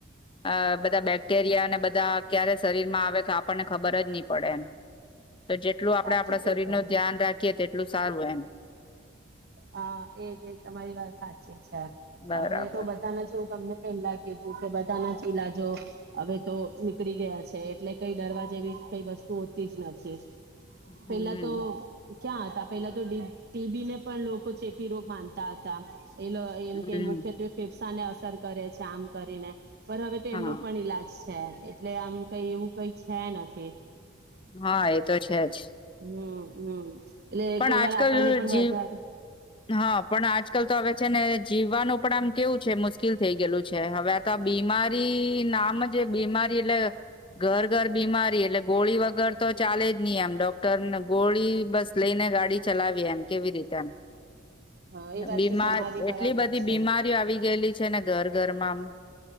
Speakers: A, on the left; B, on the right.
A: અ બધા બેક્ટેરિયા અને બધા ક્યારે શરીર માં આવે કે આપણને ખબર જ નહી પડે એમ તો જેટલું આપડે
B: સાચું
A: આપણા
B: કીધું
A: શરીર નું ધ્યાન રાખીએ તેટલું સારું એમ
B: હા એજ તમારી વાત સાચી છે
A: બરાબર
B: હવે તો બધાના જું તમને પેલા કીધું કે બધાના ઈલાજો હવે તો નીકળી ગયા છે એટલે કઈ દરવાજ એવી કઈ વસ્તુ હોતી જ નથી
A: હમ
B: પેલા તો ક્યાં હતા પેલા તો ટીબી ને પણ લોકો ચેપી રોગ માનતા હતા એલો એમ
A: હમ
B: કે મુખ્યત્વે ફેફસા ને અસર કરે છે આમ કરીને પર હવે તો
A: હા
B: એમનો પણ ઈલાજ છે એટલે આમ કઈ એવું કઈ છે નથી
A: હા એ તો છે જ
B: હમ હમ એટલે
A: પણ
B: કોઈ
A: આજકાલ
B: વાર આપણને પણ
A: જી
B: વધારે
A: હા પણ આજકાલ તો હવે છે ને જીવ જીવાનું પણ આમ કેવું છે મુશ્કેલ થઈ ગયેલું છે હવે આ તો બીમારી નામ જ બીમારી એટલે ઘર ઘર બીમારી એટલે ગોળી વગર તો ચાલે જ નહી એમ ડોક્ટરને ગોળી બસ લઈને ગાડી ચલાવીએ એમ કેવી રીતે એમ
B: હા એ વાત
A: બીમાર
B: તો તમારી બરાબર
A: એટલી બધી
B: છે
A: બીમારીઓ આવી ગયેલી છે ને ઘર ઘરમાં